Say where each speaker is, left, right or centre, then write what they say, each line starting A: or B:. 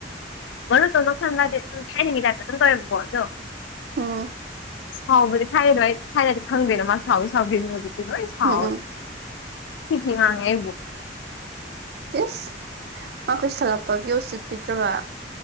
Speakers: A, on the left (about 80°); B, on the right (about 55°).
A: ꯍꯣꯏ ꯣ ꯇꯧꯗꯣ ꯈꯪꯂꯗꯤ ꯑꯗꯨꯝ ꯍꯥꯏꯥꯏꯅꯤꯡꯉꯤꯗꯥꯛꯇ ꯑꯗꯨꯝ ꯇꯧꯋꯕꯣ ꯑꯗꯣ
B: ꯎꯝ
A: ꯁꯥꯎꯕꯗꯤ ꯈꯥꯏꯔꯤꯗꯣ ꯑꯩ ꯊꯥꯏꯅꯗꯤ ꯈꯪꯗꯣꯏꯅꯣ ꯃꯥ ꯁꯥꯎꯋꯤ ꯁꯥꯎꯗꯣꯏꯅꯣ ꯑꯗꯨꯗꯤ ꯂꯣꯏ ꯁꯥꯎꯔꯦ
B: ꯎꯝ ꯎꯝ
A: ꯍ ꯉꯥꯡ ꯍꯕꯨ
B: ꯌꯦꯁ ꯃꯈꯈꯣꯏ ꯁꯥꯜꯂꯛꯄꯒꯤꯣꯁꯤꯠꯄꯤꯗ꯭ꯔꯕ